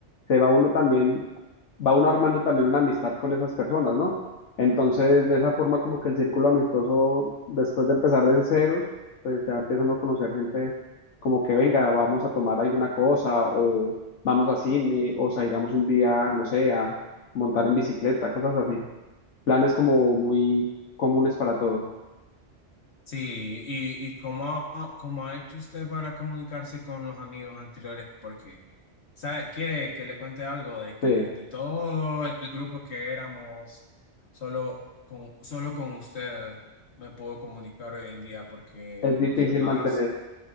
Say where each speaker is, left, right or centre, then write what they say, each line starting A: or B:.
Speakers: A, on the left (about 80°); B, on the left (about 65°).
A: se va uno también va uno armando también una amistad con esas personas, ¿no? Entonces, de esa forma como que el círculo amistoso, después de empezar de ceros, pues ya empieza uno a no conocer gente como que venga, vamos a tomar alguna cosa o vamos a cine o salgamos un día, no sé, a montar en bicicleta, cosas así. Planes como muy comunes para todos.
B: Sí, y, y cómo, cómo ha hecho usted para comunicarse con los amigos anteriores, porque ¿sabe? quiere que le cuente algo de que
A: Sí,
B: de todo el grupo que éramos, solo con, solo con usted me puedo comunicar hoy en día, porque
A: es difícil
B: los demás
A: mantener,